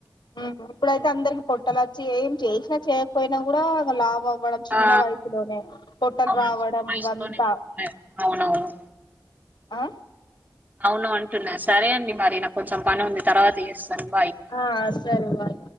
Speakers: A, on the left (about 75°); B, on the right (about 20°).
A: ఉహు ఇప్పుడైతే అందరికి పొట్టలు వచ్చి ఏం చేసినా, చేయకపోయినా కూడా లాభం అవడం చిన్న
B: ఆ
A: వయసులోనే పొట్టలు
B: అవును
A: రావడం
B: చిన్న వయసులోనే
A: ఇవంతా
B: ఉంటున్నాయి అవునవును
A: ఆ
B: అవును అంటున్నా సరే అండి మరి నా కొంచెం పని ఉంది తర్వాత చేస్తాను బాయ్
A: ఆ సరే బాయ్